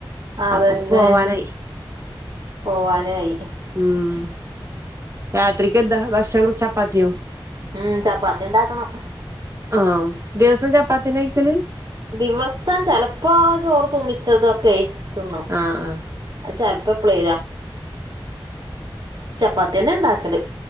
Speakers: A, on the right (about 55°); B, on the right (about 35°).
A: അതന്നെ
B: അപ്പൊ, പോവാനായി
A: പോവാനായി
B: ഉം രാത്രിക്ക് എന്താ ഭക്ഷണം ചപ്പാത്തിയോ
A: ഉം ചപ്പാത്തി ഉണ്ടാക്കണം
B: ആ, ദിവസം ചപ്പാത്തിയ കഴിക്കല്
A: ദിവസം ചിലപ്പോ ചോറ് തുമിച്ചതൊക്കെ തിന്നും
B: ആ ആ
A: അത് ചിലപ്പോ അപ്പളേ ചപ്പാത്തി തന്നെ ഉണ്ടാക്കല്